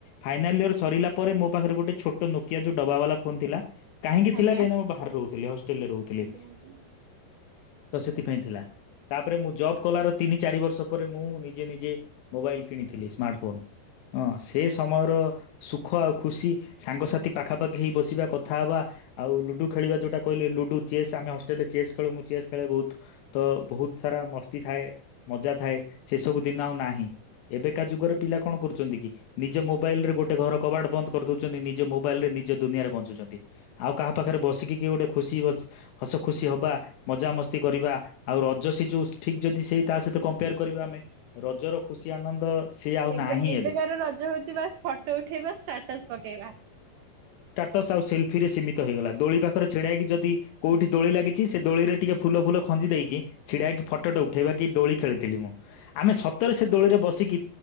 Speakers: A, on the left; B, on the right.
A: ଫାଇନାଲ ଇର ସରିଲା ପରେ ମୋ ପାଖରେ ଗୋଟେ ଛୋଟ ନୋକିଆ ଯୋ ଡବା ବାଲା ଫୋନ ଥିଲା। କାହିଁକି
B: ଆଜ୍ଞା
A: ଥିଲା କାହିଁକି ନା ମୁଁ ବାହାରେ ରହୁଥିଲି ହଷ୍ଟେଲରେ ରହୁଥିଲିଁ
B: ଆଜ୍ଞା ଆଜ୍ଞା।
A: ତ ଉଁ ସେଥିପାଇଁ ଥିଲା। ତାପରେ ମୁଁ ଜବ କଲାର ତିନି ଚାରି ବର୍ଷ ପରେ ମୁଁ ନିଜେ ନିଜେ ମୋବାଇଲ କିଣିଥିଲି? ସ୍ମାର୍ଟ ଫୋନ ହଁ ସେ ସମୟର ସୁଖ ଆଉ ଖୁସି ସାଙ୍ଗସାଥି ପାଖାପାଖି ହେଇ ବସିବା କଥା ହବା ଆଉ ଲୁଡୁ ଖେଳିବା। ଯୋଉଟା କହିଲେ ଲୁଡୁ ଚେସ୍ ଆମେ ହଷ୍ଟେଲ୍ ରେ ଚେସ୍ ଖେଳୁୁ ମୁଁ ଚେସ୍ ଖେଳେ ବହୁତ। ତ ବହୁତ ସାରା ମସ୍ତି ଥାଏ ମଜା ଥାଏ ସେସବୁ ଦିନ ଆଉ ନାହିଁ। ଏବେ ଏକା ଯୁଗରେ ପିଲା କଣ କରୁଚନ୍ତି କି ନିଜ ମୋବାଇଲ୍ ରେ ଗୋଟେ ଘର କବାଟ ବନ୍ଦ କରିଦଉଚନ୍ତି। ନିଜ ମୋବାଇଲ୍ ରେ ନିଜ ଦୁନିଆରେ ବଞ୍ଚୁଚନ୍ତି। ଆଉ କାହା ପାଖରେ ବସିକି କି ଗୋଟେ ଖୁସି ବସ୍ ହସ ଖୁସି ହବା ମଜାମସ୍ତି କରିବା, ଆଉ ରଜ ସେ ଯୋଉ ଠିକ ଯଦି ସେଇ ତା ସହିତ କମ୍ପେୟାର କରିବା ଆମେ ରଜର ଖୁସି ଆନନ୍ଦ ସେ ଆଉ
B: ଏବେ
A: ନାହିଁ
B: ଏବେ କାର ରଜ ହଉଛି ବାସ ଫଟୋ ଉଠେଇବା ଷ୍ଟାଟସ ପକେଇବା।
A: ଫଟସ ଆଉ ସେଲଫିରେ ସୀମିତ ହେଇଗଲା। ଦୋଳି ପାଖରେ ଛିଡାଇକି ଯି କୋଉଠି ଦୋଳି ଲାଗିଛି ସେ ଦୋଳିରେ ଟିକେ ଫୁଲ ଫୁଲ ଖଞ୍ଜି ଦେଇକି ଛିଡାଇକି ଫଟୋଟା ଉଠେଇବା କି ଡୋଳି ଖେଳିଥିଲି ମୁଁ। ଆମେ ସତରେ ସେ ଦୋଳିରେ ବସିକି